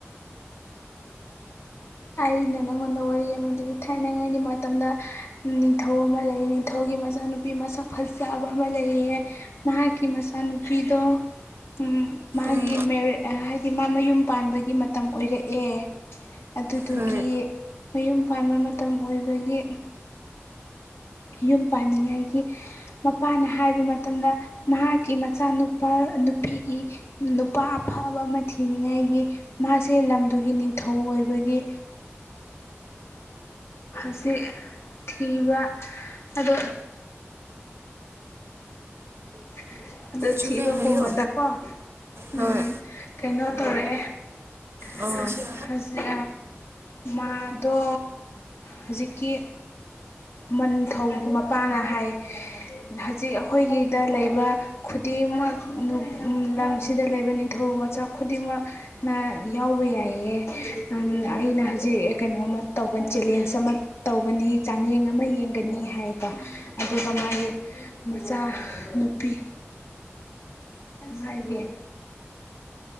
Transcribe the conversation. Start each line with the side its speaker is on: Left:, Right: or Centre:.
Left: ꯑꯩꯅꯥ ꯅꯉꯣꯟꯗ ꯋꯥꯔꯤ ꯑꯃꯗꯤ ꯃꯤ ꯊꯥꯏꯅꯉꯩꯒꯤ ꯃꯇꯝꯗ ꯅꯤꯡꯊꯧ ꯑꯃ ꯂꯩꯌꯦ ꯅꯤꯡꯊꯧꯒꯤ ꯃꯆꯥꯅꯨꯄꯤ ꯃꯁꯛ ꯐꯖ ꯆꯥꯕ ꯑꯃ ꯂꯩꯌꯦ ꯃꯍꯥꯛꯀꯤ ꯃꯆꯥꯅꯨꯄꯤꯗꯣ ꯎꯝ ꯃꯥꯒꯤ
Right: ꯎꯝ
Left: ꯃꯑꯦꯔꯤꯠ ꯍꯥꯏꯗꯤ ꯃꯥ ꯃꯌꯨꯝ ꯄꯥꯟꯕꯒꯤ ꯃꯇꯝ ꯑꯣꯏꯔꯛꯑꯦ ꯑꯗꯨꯗꯨꯒꯤ
Right: ꯍꯣꯏ
Left: ꯃꯌꯨꯝ ꯄꯥꯟꯕ ꯃꯇꯝ ꯑꯣꯏꯕꯒꯤ ꯌꯨꯝ ꯄꯥꯟꯅꯤꯡꯉꯥꯏꯒꯤ ꯃꯄꯥꯅ ꯍꯥꯏꯕ ꯃꯇꯝꯗ ꯃꯍꯥꯛꯀꯤ ꯃꯆꯥꯅꯨꯄꯥ ꯅꯨꯄꯤꯒꯤ ꯅꯨꯄꯥ ꯑꯐꯕ ꯑꯃ ꯊꯤꯅꯤꯡꯉꯥꯏꯒꯤ ꯃꯥꯁꯦ ꯂꯝꯗꯨꯒꯤ ꯅꯤꯡꯊꯧ ꯑꯣꯏꯕꯒꯤ ꯍꯧꯖꯤꯛ ꯊꯤꯕ ꯑꯗꯣ <unintelligible> ꯑꯗꯨ
Right: ꯆꯨꯝꯃꯦ
Left: ꯊꯤꯕꯒꯨꯝꯕꯗꯀꯣ
Right: ꯍꯥꯏꯌꯣ ꯍꯣꯏ
Left: ꯎꯝ ꯀꯩꯅꯣ ꯇꯧꯔꯛꯑꯦꯖꯤꯛ
Right: ꯑꯣ ꯍꯣꯏ
Left: ꯃꯥꯗꯣ ꯍꯧꯖꯤꯛꯀꯤ ꯃꯟꯊꯧꯒꯤ ꯃꯄꯥꯅ ꯍꯥꯏ ꯍꯧꯖꯤꯛ ꯑꯩꯈꯣꯏꯒꯤ ꯂꯩꯕ ꯈꯨꯗꯤꯡꯃꯛ ꯂꯝꯁꯤꯗ ꯂꯩꯕ ꯅꯤꯡꯊꯧ ꯃꯆꯥ ꯈꯨꯗꯤꯡꯃꯛꯅ ꯌꯥꯎꯕ ꯌꯥꯏꯌꯦ ꯑꯩꯅ ꯍꯧꯖꯤꯛ ꯀꯩꯅꯣꯝꯃ ꯇꯧꯒꯅꯤ ꯆꯦꯂꯦꯟꯖ ꯑꯃ ꯇꯧꯒꯅꯤ ꯆꯥꯡꯌꯦꯡ ꯑꯃ ꯌꯦꯡꯒꯅꯤ ꯍꯥꯏꯌꯦꯀꯣ ꯑꯗꯨꯒ ꯃꯥꯒꯤ ꯃꯆꯥ ꯅꯨꯄꯤ ꯃꯥꯒꯤ